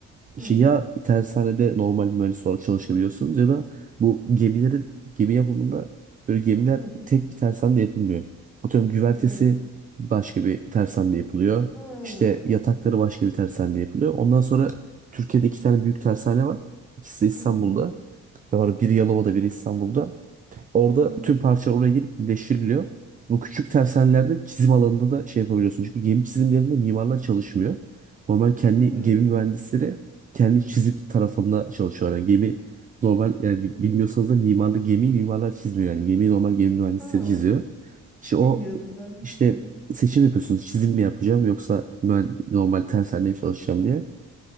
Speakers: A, on the right; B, in the centre.
A: İşte
B: Hı hı
A: ya tersanede normal mühendis olarak çalışabiliyorsunuz ya da bu gemilerin gemi yapımında böyle gemiler
B: hı hı.
A: tek bir tersanede yapılmıyor. Atıyorum güvertesi
B: Hı
A: başka bir tersanede yapılıyor.
B: Ha.
A: İşte yatakları başka bir tersanede yapılıyor. Ondan sonra Türkiye'de iki tane büyük tersane var. İkisi de İstanbul'da.
B: hı hı
A: Ve var biri Yalova'da biri İstanbul'da. Orada
B: hı hı.
A: tüm parçalar oraya gelip birleştiriliyor. Bu küçük tersanelerde çizim alanında da şey yapabiliyorsun. Çünkü gemi çizimlerinde mimarlar çalışmıyor. Normal kendi
B: Hı.
A: gemi mühendisleri kendi çizim tarafında çalışıyor. Yani gemi normal yani bi-
B: Hı hı.
A: bilmiyorsanız da mimarlı gemiyi mimarlar çizmiyor yani. Gemiyi normal gemi mühendisleri
B: Ha.
A: çiziyor. İşte o
B: Bilmiyordum ben hiç
A: işte
B: bilmiyordum.
A: seçim yapıyorsunuz. Çizim mi yapacağım yoksa ben normal tersanede mi çalışacağım diye.